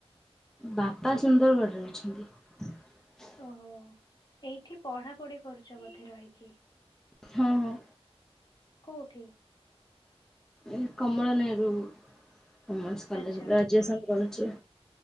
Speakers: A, in the centre; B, on the left.
A: ବାପା ସୁନ୍ଦରଗଡ଼ରେ ଅଛନ୍ତି। <inaudible>
B: ଓହୋ ଏଇଠି ପଢା ପଢି କରୁଛ ବୋଧେ ରହିକି?
A: ହଁ ହଁ।
B: କୋଉଠି? <inaudible>
A: ଏ କମଳ ନେରୁ। <inaudible> ଓମେନ୍ସ କଲେଜ
B: ଆଚ୍ଛା
A: ଗ୍ରାଜୁଏସନ୍ କରୁଚି।